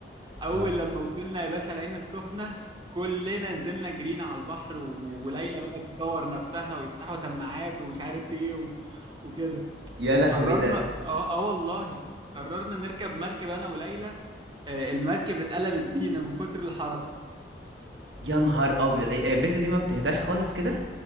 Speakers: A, on the right; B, on the right.
A: اول
B: اه
A: لما وصلنا يا باشا العين السخنه كلنا نزلنا جرينا على البحر و- وليلى بدأت تصور نفسها ويفتحوا سماعات ومش عارف ايه و... وكده
B: يا لهوي
A: قررنا
B: ده
A: اه اه والله قررنا نركب مركب انا وليلى آه المركب اتقلبت بينا من كتر الحركه
B: يا نهار ابيض هي البيتا دي ما بتهداش خالص كده